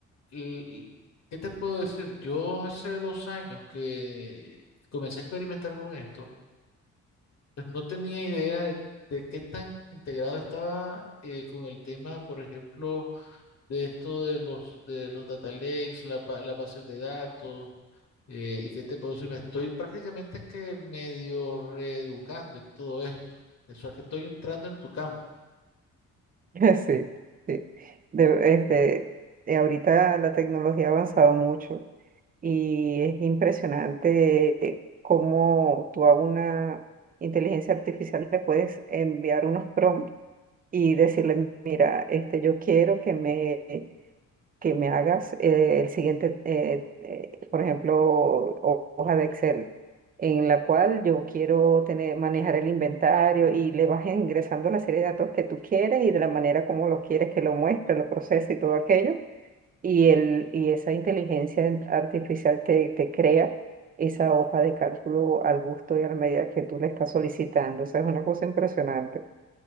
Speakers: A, on the left (about 60°); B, on the right (about 30°).
A: l- l- ¿qué te puedo decir? Yo hace dos años que comencé a experimentar con esto, pues no tenía idea de, de qué tan integrado estaba eh, con el tema, por ejemplo, de esto de los, de los data lakes, las, ba- las bases de datos. eh, y qué te puedo decir, me estoy prácticamente que medio reeducando en todo esto. Eso es que estoy entrando en tu campo.
B: <laughs> Sí, sí. De- este, eh, ahorita la tecnología ha avanzado mucho y es impresionante cómo tú a una inteligencia artificial le puedes enviar unos prompts y decirle, mira, este, yo quiero que me, que me hagas eh, el siguiente, eh, eh, por ejemplo, ho- hoja de Excel, en la cual yo quiero tener, manejar el inventario y le vas ingresando la serie de datos que tú quieres y de la manera como lo quieres que lo muestre, lo procese y todo aquello. Y, el, y esa inteligencia en- artificial te, te crea esa hoja de cálculo al gusto y a la medida que tú le estás solicitando. O sea, es una cosa impresionante.